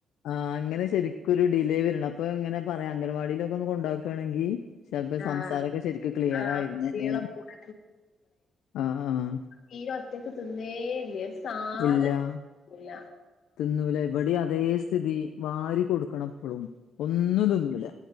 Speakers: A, on the left; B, on the left.
A: ആഹ് അങ്ങനെ ശരി ക്കൊരു ഡിലേ വരണ അപ്പ ങ്ങനെ പറയാ അംഗൻവാടിലൊക്കൊന്ന് കൊണ്ടാക്കാണെങ്കി ചെൽപ്പ
B: ആഹ്
A: സംസാരൊക്കെ ശരിക്ക് ക്ലിയർ
B: ആഹ്
A: ആയിര്ന്നേനെന്ന്
B: കുട്ടികളെ കൂടെ
A: ആഹ് ആഹ്
B: തീരൊറ്റക്ക് തിന്നേല്ലേ ഒരു സാധനം
A: ഇല്ല
B: ല്ല
A: തിന്നൂല ഇവടി അതേ സ്ഥിതി വാരി കൊടുക്കണപ്പളും ഒന്നും തിന്നൂല